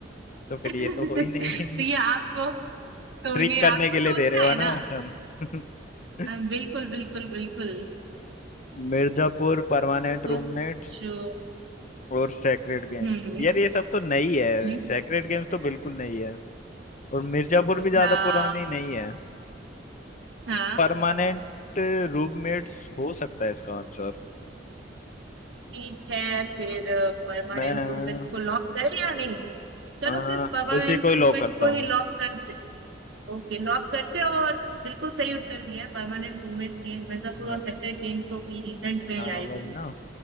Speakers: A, on the right (about 75°); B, on the left (about 45°).
A: नहीं
B: तो फिर
A: <laughs>
B: ये तो हो ही नहीं
A: तो ये
B: <laughs>
A: आपको तो
B: ट्रिक
A: ये
B: करने
A: आपको
B: के
A: सोचना
B: लिए दे रहे हो
A: है
B: ना
A: ना
B: ऑप्शन <laughs>
A: अ, बिल्कुल बिल्कुल बिल्कुल
B: मिर्जापुर परमानेंट
A: सोचो
B: रूममेट्स <laughs> और सेक्रेड गेम्स
A: हम्म
B: यार ये सब तो नई है
A: हम्म,
B: सेक्रेड गेम्स तो बिल्कुल नई है और मिर्जापुर भी ज्यादा
A: हाँ
B: पुरानी नहीं है
A: हाँ
B: परमानेंट रूममेट्स हो सकता है इसका आंसर
A: ठीक है फिर परमानेंट
B: मैं
A: रूममेट्स को लॉक करें या नहीं चलो
B: आ,
A: फिर परमानेंट
B: उसी को ही लॉक
A: रूममेट्स
B: करता
A: को
B: हूँ
A: ही लॉक करते ओके लॉक करते हैं और बिल्कुल सही उत्तर दिया है परमानेंट रूममेट्स ये मिर्जापुर
B: अरे
A: और सेक्रेट गेम्स तो भी रिसेंट में
B: हाँ
A: ही आए
B: वही
A: थे
B: ना